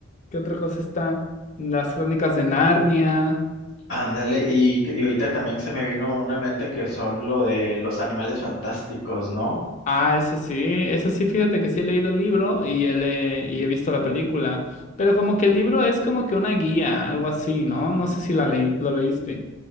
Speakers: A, on the left (about 35°); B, on the left (about 65°).
A: ¿qué otra cosa está? Las Crónicas de Narnia.
B: Ándale, y, que- y ahorita también se me vino una mente que son lo de los animales fantásticos, ¿no?
A: Ah, ese sí, ese sí, fíjate que sí he leído el libro y, el, eh, y he visto la película, pero como que el libro es como que una guía, algo así, ¿no? No sé si la leí- lo leíste.